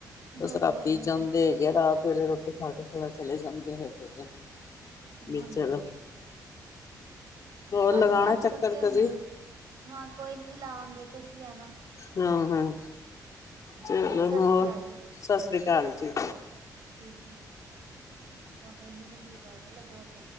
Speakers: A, on the left; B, on the right.
A: ਬਸ
B: ਹਾਂਜੀ
A: ਰਾਤੀ
B: ਹਾਂਜੀ
A: ਜਾਂਦੇ ਹੈਗੇ ਆ ਰਾਤ ਵੇਲੇ ਰੋਟੀ ਖਾ ਕੇ ਥੋੜ੍ਹਾ ਚਲੇ ਜਾਂਦੇ ਹੈਗੇ। ਬ
B: ਹਾਂਜੀ
A: ਹੋਰ
B: ਬਸ
A: ਲਗਾਉਣਾ
B: ਫਿਰ ਰਾਤੀ
A: ਚੱਕਰ
B: ਥੱਕੇ ਹੁੰਦੇ
A: ਕਦੀ
B: ਹਾਂ ਹਾਂ ਕੋਈ ਨਹੀਂ ਜੀ ਲਾਵਾਂਗੇ ਤੁਸੀਂ ਵੀ ਹੈ ਆਨਾ।
A: ਹਾਂ ਹੂੰ, ਚਲੋ
B: ਹੈ ਸਤਿ
A: ਹੋਰ
B: ਸ਼੍ਰੀ ਅਕਾਲ ਜੀ
A: ਸਤਿ ਸ੍ਰੀ ਅਕਾਲ ਜੀ,
B: ਠੀਕ ਹੈ ਭਾਵੇਂ ਇੰਨੇ ਮਿੰਟ ਦੀ ਗੱਲ ਕਰਲੋ ਬਹੁਤ